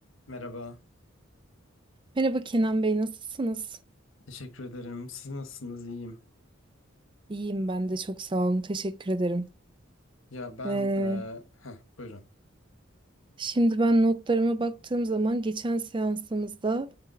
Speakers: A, on the left (about 80°); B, on the right (about 25°).
A: Merhaba,
B: Merhaba Kenan Bey, nasılsınız?
A: teşekkür ederim. Siz nasılsınız? İyiyim.
B: İyiyim ben de çok sağ olun, teşekkür ederim.
A: Ya ben,
B: Ee,
A: eee heh, buyurun.
B: şimdi ben notlarıma baktığım zaman geçen seansımızda